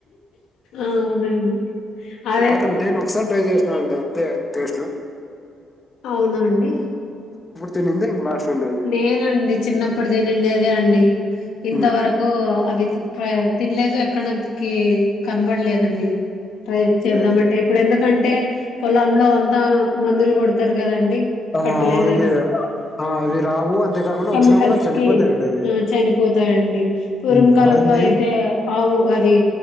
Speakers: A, on the left; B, on the left.
A: అవునండి అదే
B: బట్ నేను ఒకసారి ట్రై చేస్తాను ఆ బలే ఉంటై అండి టేస్ట్
A: అవునండి
B: తినింది ఇంక లాస్ట్ అండి అది
A: నేనండి చిన్నఅప్పుడు తినుండేదే అండి ఇంత
B: ఉమ్,
A: వరకు అవి తినలేదు ఎక్కడనాకి కనబడలేదండి ట్రై
B: అంటే
A: చేద్దామంటే ఇప్పుడు ఎందుకంటే పొలంలో అంతా మందులు కొడతారు కదండి
B: ఆ
A: ఫర్టిలైజర్స్
B: <unintelligible> రావు అంతేకాకుండా
A: కెమికల్స్
B: వచ్చినా కూడా చనిపోతాయండి
A: కి
B: అవి
A: ఆ చనిపోతాయండి పూర్వం
B: ఉమ్,
A: కాలంలో
B: అది మెయిన్
A: అయితే ఆవు అది